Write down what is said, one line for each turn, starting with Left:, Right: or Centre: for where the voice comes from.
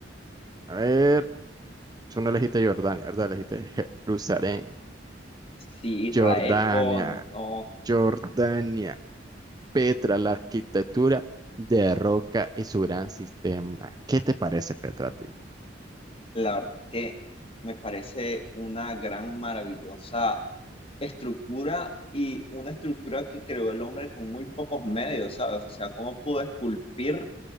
Right: A ver, tú no elegiste Jordania, ¿verdad? Elegiste Jerusalén.
Left: Sí, Israel
Right: Jordania.
Left: o no.
Right: Jordania. Petra, la arquitectura de roca y su gran sistema. ¿Qué te parece, Petra, a ti?
Left: La verdad es que me parece una gran, maravillosa estructura y una estructura que creó el hombre con muy pocos medios, ¿sabes? O sea, cómo pudo esculpir